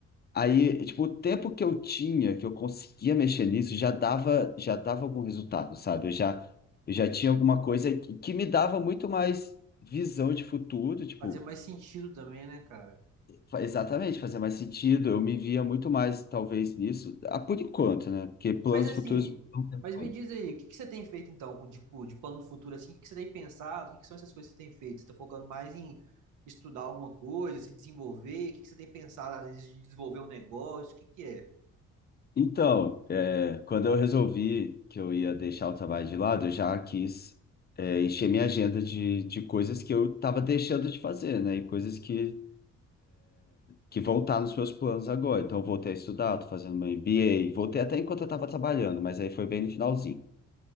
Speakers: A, on the left (about 30°); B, on the right (about 80°).
A: Aí, tipo, o tempo que eu tinha, que eu conseguia mexer nisso, já dava, já dava algum resultado, sabe? Eu já, eu já tinha alguma coisa que, que me dava muito mais visão de futuro, tipo.
B: Fazer mais sentido também, né, cara?
A: Fa- Exatamente, fazia mais sentido. Eu me via muito mais, talvez, nisso, ah, por enquanto, né? Porque planos
B: Mas assim,
A: futuros. não tem
B: mas
A: como.
B: me diz aí, o que que você tem feito então, com, tipo, de plano futuro assim? O que que você tem pensado? O que que são essas coisas que você tem feito? Você tá focando mais em estudar alguma coisa, se desenvolver? O que que você tem pensado, às vezes, de desenvolver um negócio? O que que é?
A: Então, é, quando eu resolvi que eu ia deixar o trabalho de lado, eu já quis, é, encher minha agenda de, de coisas que eu estava deixando de fazer, né? E coisas que, que vão estar nos meus planos agora. Então, eu voltei a estudar, estou fazendo meu MBA, voltei até enquanto eu estava trabalhando, mas aí foi bem no finalzinho.